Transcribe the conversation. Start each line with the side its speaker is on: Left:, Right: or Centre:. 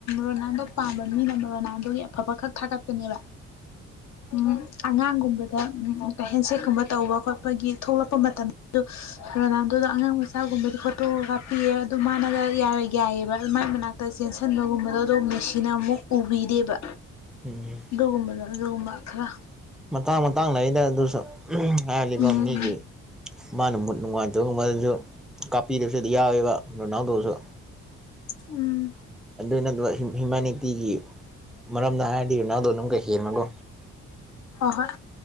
Left: ꯔꯣꯅꯥꯜꯗꯣ ꯄꯥꯝꯕ ꯃꯤꯅ ꯔꯣꯅꯥꯜꯗꯣꯒꯤ ꯑꯐꯕ ꯈꯛ ꯊꯥꯒꯠ ꯊꯒꯠꯀꯅꯦꯕ ꯎꯝ ꯑꯉꯥꯡꯒꯨꯝꯕꯗ ꯎꯝ ꯇꯧ ꯍꯦꯟꯁꯦꯠꯀꯨꯝꯕ ꯇꯧꯕ ꯈꯣꯠꯄꯒꯤ ꯊꯣꯛꯂꯛꯄ ꯃꯇꯝꯗꯨ ꯔꯣꯅꯥꯜꯗꯣꯗ ꯑꯉꯥꯡ ꯃꯆꯥꯒꯨꯝꯕꯗꯤ ꯐꯣꯇꯣ ꯀꯥꯞꯄꯤꯌꯦ ꯑꯗꯨ ꯃꯥꯅꯒ ꯌꯥꯔ ꯌꯥꯏꯑꯕ ꯑꯗꯨ ꯃꯥꯏ ꯃꯅꯥꯛꯇ ꯆꯦꯟꯁꯤꯟꯕꯒꯨꯝꯕꯗꯣ ꯑꯗꯨꯝ ꯃꯦꯁꯤꯅ ꯑꯃꯨꯛ ꯎ ꯄꯤꯗꯦꯕ
Centre: ꯎꯝ
Left: ꯑꯗꯨꯒꯨꯝꯕꯗꯣ ꯑꯗꯨꯒꯨꯝꯕ ꯈꯔ
Centre: ꯃꯇꯥꯡ ꯃꯇꯥꯡ ꯂꯩꯌꯦꯗ ꯑꯗꯨꯁꯨ ꯍꯥꯏꯔꯗꯤꯀꯣ
Left: ꯎꯝ
Centre: ꯃꯤꯒꯤ ꯃꯥꯅ ꯃꯨꯠ ꯅꯨꯡꯉꯥꯏꯇ ꯃꯗꯨꯁꯨ ꯀꯥꯞꯄꯤꯗꯕꯁꯨ ꯑꯗꯨ ꯌꯥꯎꯋꯦꯕ ꯔꯣꯅꯥꯜꯗꯣꯁꯨ
Left: ꯎꯝ
Centre: ꯑꯗꯨꯅ ꯑꯗꯨꯋꯥ ꯍꯤꯡ ꯍꯤꯡꯕ ꯅꯤꯇꯤꯒꯤ ꯃꯔꯝꯗ ꯍꯥꯏꯔꯗꯤ ꯔꯣꯅꯜꯗꯣꯅ ꯑꯃꯨꯛꯀ ꯍꯦꯟꯕꯒꯣ
Left: ꯍꯣꯏ ꯍꯣꯏ